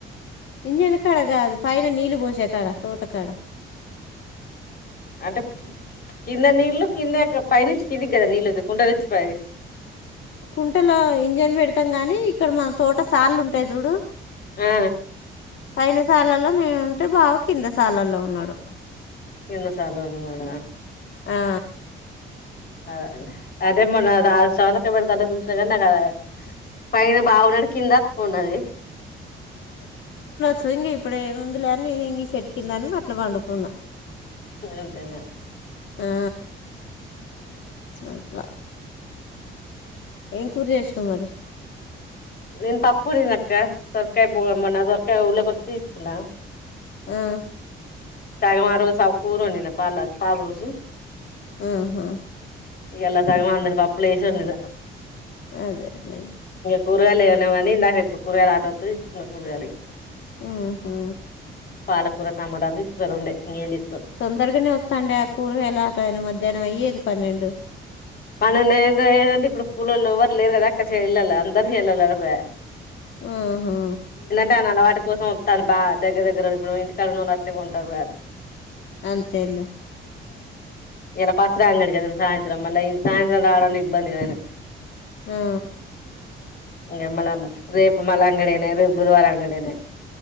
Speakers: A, on the left; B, on the left.
A: ఇంజన్ కాడ కాదు పైన నీళ్ళు పోసే కాడ తోటకాడ
B: అంటే కింద నీళ్ళలు కింద పై నుంచి కిందికి కదా నీళ్ళు కుంట నుంచి పై
A: కుంటలో ఇంజన్ పెడతాం గాని ఇక్కడ మన తోట సార్లు ఉంటాయి చూడు
B: ఆ
A: పైనా సా లలో నేనుంటే బావ కిందసాలల్లో ఉన్నాడు
B: కిందసాలల్లో ఉన్నాడా
A: ఆ
B: అదెలె అదే మొన్న రా సవంతకాయ పెడతాంటె చూసిన ఏదన్నా కాదా పైన బావున్నాడు కింద అక్కున్నది
A: సో ఇంక ఇప్పుడు ఏముంది లేని నేను ఇంక సెట్కిందాన్న అట్ల పండుకున్నా
B: అంతే నా
A: ఆ అట్లా ఏం కూర్ చేసినావు మరి
B: నన్ పప్పుండి నాఅక్క ప <unintelligible> ఉన్నా
A: ఆ
B: తగమారు సబ్ కూర వండిన పల పాలు పోసి
A: ఆహా
B: ఇయాల సగం అందరికి అప్పులు ఏసి వదిలిన
A: అదే
B: కూరగాయలు ఎమ్ లేవని ఇందాక ఇప్పు కూరగాయలు ఆటో వత్తాది తీసుకున్న కూరగాయలు ఇగ
A: ఉహు
B: పాలకూర టమాటాలు తీసుకున్న రెండే ఇంగ ఎం తీస్
A: తొందరగానే వాతండే ఆ కూరగాయలు ఆటయినే మద్ ధ్యాహ్నం అయ్యేది పన్నెండు
B: పననే ఏదో ఏదంటే ఇప్పుడు కూలోల్లు ఎవ్వరు లేరు గదా అక్క చేన్లల్ల అందరు చేనులలకు పాయె
A: ఆ హా
B: కాని అలవాటు కోసం వత్తారు బా దగ్గర దగ్గర ఇప్పుడు ఇంటికాడ ఉన అట్నే ఉంటారు
A: అంతే లే
B: ఎలా పస్ర అంగడికి అదం సాయంత్రం మళ ఇం సాయంత్రం రావాలంటే ఇబ్బంది కదా అయినా
A: ఆ
B: ఇంగా మల్ల రేపు మల్ల అంగడేనే రేపు బుధవారం అంగడేనే